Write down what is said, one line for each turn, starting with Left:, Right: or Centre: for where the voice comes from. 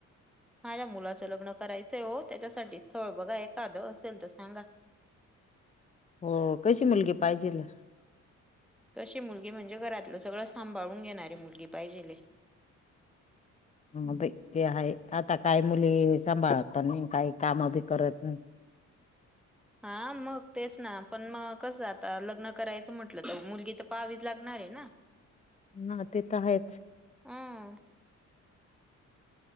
Centre: माझ्या मुलाचं लग्न करायचंय हो त्याच्यासाठी स्थळ बघा ए कादं असेल तर सांगा.
Left: हो कशी मुलगी पाहिजे.
Centre: तशी मुलगी म्हणजे घरातलं सगळं सांभाळून घेणारे मुलगी पाहिजेले.
Left: ह ते आहे आता काय मुली सांभाळत नाही काही काम बी करत नाही.
Centre: हा मग तेच ना. पण मग कसं आता लग्न करायचं म्हटलं तर मुलगी तर पाहावीच लागणार आहे ना.
Left: ह ते तर आहेच.
Centre: हं.